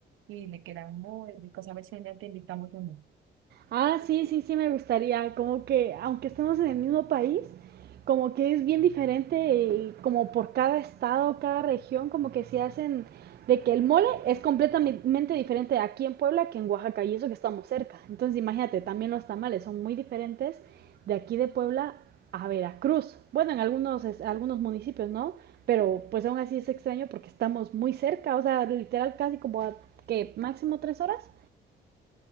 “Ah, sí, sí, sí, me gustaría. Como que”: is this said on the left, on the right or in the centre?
Right